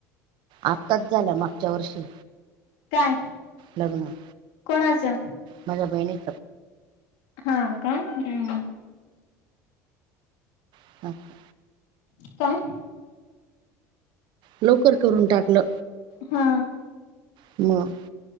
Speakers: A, on the right; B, on the left.
A: आत्ताच झाल मागच्या वर्षी
B: काय
A: लग्न
B: कोणाचं
A: माझ्या बहिणीच
B: हा का हम्म
A: <unintelligible>
B: काय
A: लवकर करून टाकलं
B: हा
A: म